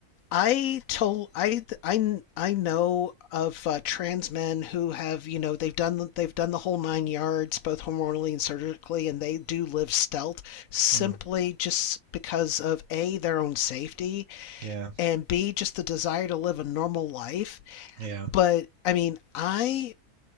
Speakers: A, on the left; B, on the right.
A: I told I I I know of uh, trans men who have you know they've done they've done the whole nine yards both hormonally and surgically and they do live stealth simply
B: Mm,
A: just because of a their own safety
B: yeah.
A: and b just the desire to live a normal life
B: Yeah.
A: but I mean I